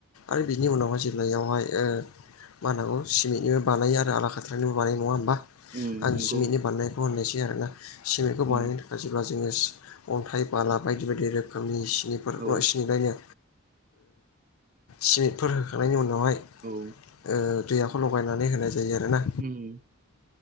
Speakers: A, on the left; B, on the right.
A: आरो बिनि उनावहाय जे्लायावहाय ओ मा होनांगौ सिमेन्टनिबो बानाय आरो आला खाथ्रानिबो बानाय नङा होमबा?
B: उम
A: आं
B: नंगौ
A: सिमेन्टनि बानायनायखौ होननायसै आरोोना सिमेन्टखौ
B: उम
A: बानायनो ाजब्ला जोङो अन्थाइ बाला बायदि बायदि रोखोमनि सिनिफोर
B: औ
A: सिनिफ्रायनो सिमेन्टफोर होखांनायनि उनावहाय ओ
B: औ
A: दैयाखौ लगायनानै होनाय जायो आर ना।
B: उम